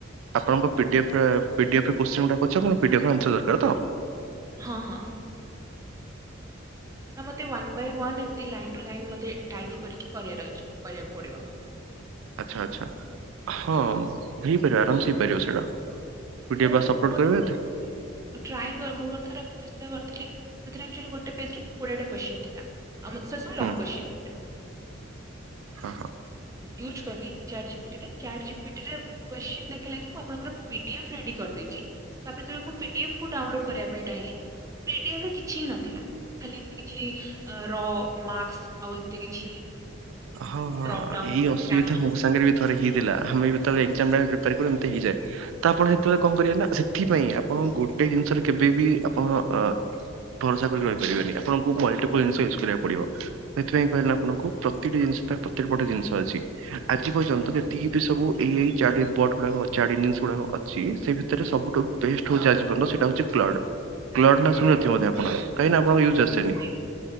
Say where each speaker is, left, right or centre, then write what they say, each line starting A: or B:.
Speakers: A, on the right (about 80°); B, on the right (about 15°).
A: ଆପଣଙ୍କ ପି ଡି ଏଫ୍ ରେ - ପି ଡି ଏଫ୍ ରେ କୋଶ୍ଚିନ୍ ଗୁଡାକ ଅଛି ଆପଣଙ୍କୁ ପି ଡି ଏଫ୍ ର ଆନ୍ସର ଦରକାର ତ
B: ହଁ - ହଁ ନା ମୋତେ ୱାନ୍ ବାଇ ୱନ୍ ଏମତି ଲାଇନ୍ ଟ ଲାଇନ୍ ମତେ ଟାଇପ କରିକିି କରିବାର୍ ଅଛି କରିବାକୁ ପଡ଼ିବ।
A: ଆଛା ଆଛା ହଁ ହେଇପାରିବ ଆରାମସ ହେଇପାରିବ ସେଇଟା ପିଡିଏଫ୍
B: କାରଣ
A: ବାସ୍
B: ମୁଁ
A: ଅପଲୋଡ୍
B: ଗୋଟେ
A: କରିବେ
B: ଥର ଏମତି ଟ୍ରାଏ କରି ମୁଁ ଗୋଟେ ଥର ଏମତି ଚେଷ୍ଟା କରିଥିଲି ସେଥିରେ ଅକ୍ଚୋଲି ଗୋଟେ ପେଜ୍ରେ ଆମ ସେ ସବୁ ଲଂ
A: ହୁଁ
B: କୌଶ୍ଚ୍ଚିଁ
A: ହଁ ହଁ।
B: ୟୁଜ୍ କଲି ଚାଟ୍ ଯିପିଟିରେ ଜିପିଟିରେ କୋସ୍ଚିନ୍ ଦେଖିଲା କି ମୁଁ ଆପଣଙ୍କର ପି ଡି ଏଫ୍ <unintelligible> କରିଦେଇଛି ତାପରେ ଯଦି ମୁଁ ପି ଡି ଏଫ୍ କୁ ଡାଉନଲୋଡ୍ କରିବା ପାଇଁ ଡ଼ଆ ପି ଡି ଏଫ ରେ କିଛି ହିଁ ନଥିଲା ଖାଲି ଏମତି କିଛି ର ମାକ୍ସ ଆଉ ଏମିତି କିଛି
A: ହଁ - ହଁ
B: ଡ୍ରପ୍ ଡାଉନ୍
A: ଏଇ ଅସୁବିଧା
B: କ୍ୟାପ୍ସ
A: ମୋ ସାଙ୍ଗରେ ବି ଥରେ ହେଇଥିଲା, ଆମେ ବି ଯେତେବେଳୋ ଏଗ୍ଜାମ୍ ପାଇଁ ପ୍ରିପେର୍ କରୁ ଏମ୍ତି ହେଇଯାଏ ତ ଆପଣ ସେତେବେଳେ କଣ ସେଥିାଇଁ ଆପଣ ଗୋଟେ ରେ କେବେ ବିି ଆପଣଙ୍କର ଅ ଭରସା କରି କହି ପାରିବେନି ଆପଣଙ୍କୁ ମଲଟିପଲ ଜିନିଷ ୟୁଜ୍ କରିବାକୁ ପଡିବ ସେଇଥିପାଇଁ କହିଲା ଆପଣଙ୍କୁ ପ୍ରତିଟି ଜିନିଷ ପାଇଁ ପ୍ରତିଟି ବଟେ ଜିନିଷ ଅଛି ଆଜି ପର୍ଯ୍ୟନ୍ତ ଯେତିକି ବି ସବୁ ଏଇ ଏଇ ଚାରି ବର୍ଡ ଗୁଡା ଛାଡ଼ି ନିଅ ସେଗୁଡା ଅଛି ସେ ଭିତରେ ସବୁଠୁ ବେଷ୍ଟ ହଉଛି ଆଜି ପର୍ଯ୍ୟନ୍ତ ସେଟା ହଉଛି କ୍ଲଡ। କ୍ଲଟ ନା ଶୁଣି ଥିବେ ବୋଧେ ଆପଣ। କାହିଁକି ନା ଆପଣଙ୍କ
B: ମୁଁ
A: ୟୁଜ୍
B: ଶୁଣିଛି
A: ଆସେନି